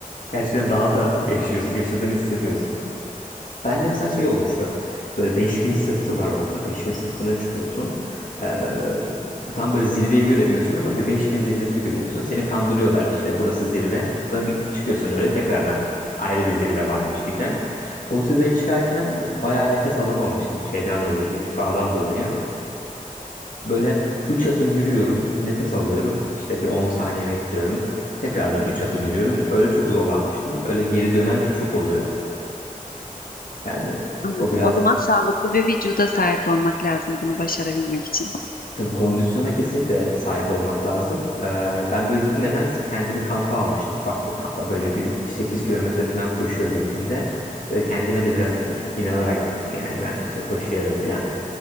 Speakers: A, on the left; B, on the left.
A: Gerçekten dağda yaşıyorsun, yaşadığını hissediyorsun. Ben de mesela şey olmuştu. Böyle 5000 sırtı var orada. 5000 sırtına çıkıyorsun. Ee, tam böyle zirveyi göremiyorsun ama bir 5000 zirvesi görüyorsun. Seni kandırıyorlar işte burası zirve. Sonra bir çıkıyorsun öyle tekrardan ayrı bir zirve varmış gibi. O zirveye çıkarken bayağı nefes alamamıştım şeyden dolayı, irtifadan dolayı. Böyle 3 adım yürüyorum, nefes alıyorum, işte bir 10 saniye bekliyorum. Tekrardan 3 adım yürüyorum. Öyle çok zorlanmıştım. Öyle geri dönen çok oluyor. Yani
B: Anladım.
A: o biraz
B: O zaman sağlıklı bir vücuda sahip olmak lazım bunu başarabilmek için.
A: Tabii kondisyona kesinlikle sahip olmak lazım. Ee, ben böyle gitmeden kendimi kampa almıştım. Ufak bir kampa. Böyle gün 8 kilometre falan koşuyordum günde. Böyle kendime de biraz in- inanarak gittim. Yani ben işte koşuyorum falan.